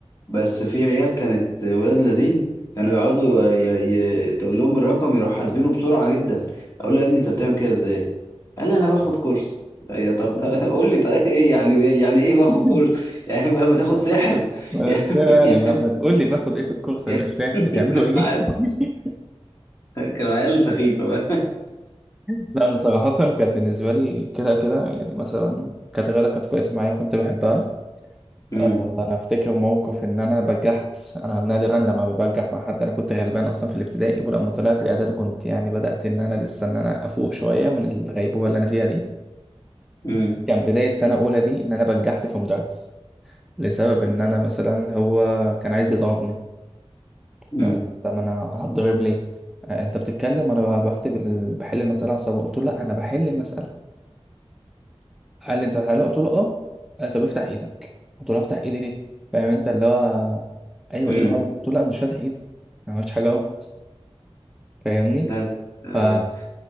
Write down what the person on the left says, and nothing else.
بس في عيال كانت ولاد لذين كانوا يقعدوا ي... ي... تقول لهم الرقم يروح حاسبينه بسرعة جدا اقول له يا ابني انت بتعمل كده ازاي قال لي انا باخد كورس يا طب ده <laughs> قول لي طيب ايه يعني إيه يعني ايه باخد
كورس يعني بقى بتاخد سحر <laughs>
يعني
يعني
يعني
<laughs>
انا
عارف كانوا عيال سخيفة بقى
امم
امم
امم
امم
لا لا. آه،